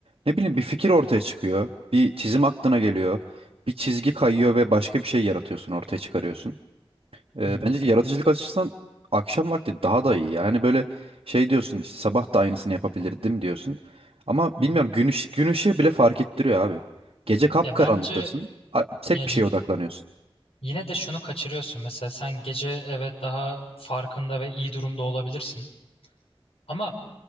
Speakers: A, on the right; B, on the left.
A: ne bileyim bir fikir ortaya çıkıyor, bir çizim aklına geliyor, bir çizgi kayıyor ve başka bir şey yaratıyorsun, ortaya çıkarıyorsun. Ee,
B: hı hı,
A: bence yaratıcılık açısından akşam vakti daha da iyi. Yani böyle şey diyorsun işte sabah da aynısını yapabilirdim diyorsun. Ama
B: hı
A: bilmiyorum
B: hı.
A: gün, ışı- gün ışığı bile fark ettiriyor abi. Gece kapkaranlıktasın.
B: Ya bence
A: a- Tek
B: ya y-
A: bir şeye odaklanıyorsun.
B: yine de şunu kaçırıyorsun. Mesela sen gece evet daha farkında ve iyi durumda olabilirsin. Ama